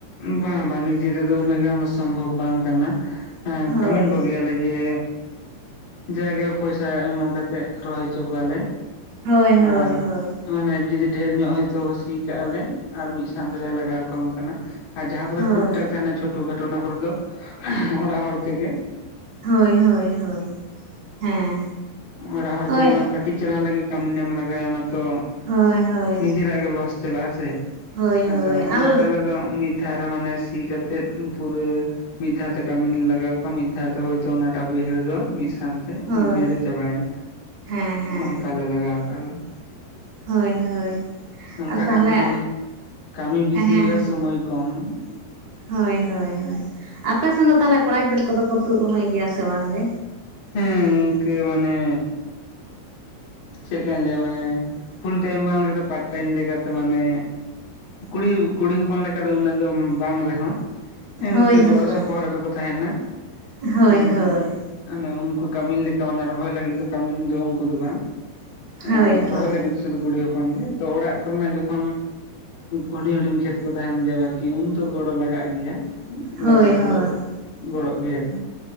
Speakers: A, on the left; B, on the right.
A: ᱵᱟᱝ ᱵᱟᱝ ᱱᱤᱡᱮ ᱛᱮᱫᱚ ᱩᱱᱟᱹᱜ ᱜᱟᱱ ᱫᱚ ᱥᱚᱢᱵᱷᱚᱵ ᱵᱟᱝ ᱠᱟᱱᱟ ᱦᱮᱸ
B: ᱦᱳᱭ
A: ᱠᱟᱹᱢᱤᱱ ᱠᱚ ᱜᱮᱭᱟᱞᱮ ᱡᱮ ᱡᱟᱭᱜᱟ ᱯᱚᱭᱥᱟ ᱮᱢ ᱠᱟᱛᱮᱫ ᱨᱚᱦᱚᱭ ᱦᱚᱪᱚ ᱠᱚᱣᱟᱞᱮ
B: ᱦᱳᱭ ᱦᱳᱭ
A: ᱟᱨ
B: ᱦᱳᱭ
A: ᱢᱟᱱᱮ ᱡᱩᱫᱤ ᱰᱷᱮᱨ ᱧᱚᱜ ᱦᱚᱭᱛᱳ ᱥᱤ ᱠᱟᱜᱼᱟᱞᱮ ᱟᱨ ᱢᱤᱫ ᱥᱟᱶ ᱛᱮᱞᱮ ᱞᱟᱜᱟᱣ ᱠᱚᱣᱟ ᱚᱱᱠᱟᱱᱟᱜ ᱟᱨ ᱡᱟᱦᱟᱸ ᱠᱚᱨᱮ
B: ᱦᱳᱭ
A: ᱴᱩᱠ ᱴᱟᱠ ᱛᱟᱦᱮᱱᱟ ᱪᱷᱚᱴᱳ ᱠᱷᱟᱴᱳ ᱚᱱᱟ ᱠᱚᱨᱮ ᱫᱚ ᱚᱲᱟᱜ ᱦᱚᱲ ᱛᱮᱜᱮ
B: ᱦᱳᱭ ᱦᱳᱭ ᱦᱳᱭ ᱦᱮᱸ
A: ᱚᱲᱟᱜ ᱦᱚᱲ
B: ᱦᱳᱭ
A: ᱛᱚ ᱢᱟᱱᱮ ᱠᱟᱹᱴᱤᱡ ᱪᱟᱞᱟᱣ ᱞᱟᱹᱜᱤᱫ ᱠᱟᱹᱢᱤᱱ ᱮᱢ ᱞᱟᱜᱟᱭᱟ ᱚᱱᱟ ᱛᱚ
B: ᱦᱳᱭ ᱦᱳᱭ
A: ᱱᱤᱡᱮᱨᱟᱜ ᱜᱮ ᱞᱚᱥ ᱪᱟᱞᱟᱜᱼᱟ ᱥᱮ
B: ᱦᱳᱭ
A: ᱟᱫᱚ
B: ᱦᱳᱭ
A: ᱚᱱᱟᱛᱮ
B: ᱟᱞ
A: ᱟᱞᱮ ᱫᱚ ᱢᱤᱫ ᱫᱷᱟᱣ ᱨᱮ ᱢᱟᱱᱮ ᱥᱤ ᱠᱟᱛᱮᱫ ᱯᱩᱨᱟᱹ ᱢᱤᱫ ᱫᱷᱟᱣ ᱛᱮ ᱠᱟᱹᱢᱤᱱ ᱞᱟᱜᱟᱣ ᱠᱚᱣᱟ ᱢᱤᱫ ᱫᱷᱟᱣ ᱛᱮ ᱦᱳᱭᱛᱳ ᱚᱱᱟᱴᱟᱜ ᱵᱟᱹᱭᱦᱟᱹᱲ ᱫᱚ ᱢᱤᱫ ᱥᱟᱶ ᱠᱟᱱ ᱛᱮ
B: ᱦᱳᱭ
A: ᱢᱤᱫ ᱫᱤᱱ ᱨᱮ ᱪᱟᱵᱟᱭᱮᱱᱟ
B: ᱦᱮᱸ ᱦᱮᱸ
A: ᱚᱱᱠᱟ ᱞᱮ ᱞᱟᱜᱟᱣ ᱠᱚᱣᱟ ᱟᱞᱮ ᱫᱚ
B: ᱦᱳᱭ ᱦᱳᱭ
A: ᱚᱝᱠᱟ
B: ᱟᱨ ᱛᱟᱦᱚᱞᱮ
A: ᱠᱷᱟᱱ ᱫᱚ ᱢᱟᱱᱮ ᱠᱟᱹᱢᱤ ᱵᱤᱥᱤ
B: ᱦᱮᱸ
A: ᱦᱩᱭᱩᱜᱼᱟ ᱥᱚᱢᱚᱭ ᱠᱚᱢ
B: ᱦᱳᱭ ᱦᱳᱭ ᱦᱳᱭ ᱟᱯᱮ ᱥᱮᱱ ᱫᱚ ᱛᱟᱦᱚᱞᱮ ᱠᱚᱲᱟ ᱜᱤᱫᱟᱹᱨ ᱠᱚᱫᱚ ᱠᱚ ᱛᱩᱫ ᱨᱚᱦᱚᱭ ᱜᱮᱭᱟ ᱥᱮ ᱵᱟᱝᱜᱮ
A: ᱦᱮᱸ ᱤᱱᱠᱟᱹ ᱢᱟᱱᱮ ᱪᱮᱠᱟᱹᱧ ᱞᱟᱹᱭᱟ ᱢᱟᱱᱮ ᱯᱷᱩᱞ ᱴᱟᱭᱤᱢ ᱵᱟᱝ ᱠᱟᱛᱮ ᱯᱟᱴ ᱴᱟᱭᱤᱢ ᱞᱮᱠᱟᱛᱮ ᱢᱟᱱᱮ ᱠᱩᱲᱤ ᱠᱩᱲᱤ ᱦᱚᱯᱚᱱ ᱞᱮᱠᱟ ᱫᱚ ᱩᱱᱟᱹᱜ ᱫᱚ ᱵᱟᱝ ᱨᱮᱦᱚᱸ ᱦᱮᱸ
B: ᱦᱳᱭ
A: ᱤᱱᱠᱟᱹ
B: ᱦᱳᱭ
A: ᱜᱚᱲᱚ ᱥᱚᱯᱚᱦᱚᱫ ᱨᱮᱫᱚ ᱛᱟᱦᱮᱱᱟ
B: ᱦᱳᱭ
A: ᱮ
B: ᱦᱳᱭ
A: ᱢᱟᱱᱮ ᱩᱱᱠᱩ ᱠᱟᱹᱢᱤᱱ ᱞᱮᱠᱟ ᱢᱟᱱᱮ ᱨᱚᱦᱚᱭ ᱞᱟᱹᱜᱤᱫ ᱫᱚ ᱠᱟᱹᱢᱤᱱ ᱫᱚ ᱩᱱᱠᱩ ᱫᱚ ᱵᱟᱝ
B: ᱦᱳᱭ
A: ᱮ
B: ᱦᱳᱭ
A: ᱨᱚᱦᱚᱭ ᱞᱟᱹᱜᱤᱫ ᱫᱚ ᱥᱩᱫᱷᱩ ᱠᱩᱲᱤ ᱦᱚᱯᱚᱱ ᱜᱮ ᱛᱚ ᱚᱲᱟᱜ ᱠᱚᱨᱮᱱᱟᱜ ᱡᱚᱠᱷᱚᱱ ᱦᱩᱰᱤᱧ ᱦᱩᱰᱤᱧ ᱠᱷᱮᱛ ᱠᱚ ᱛᱟᱦᱮᱱ ᱜᱮᱭᱟ ᱵᱟᱹᱠᱤ ᱩᱱ ᱫᱚ ᱜᱚᱲᱚ ᱞᱟᱜᱟᱜ ᱜᱮᱭᱟ
B: ᱦᱳᱭ
A: ᱞᱟᱜᱟᱜ
B: ᱦᱳᱭ
A: ᱜᱚ ᱜᱚᱲᱚᱜ ᱜᱮᱭᱟ ᱠᱚ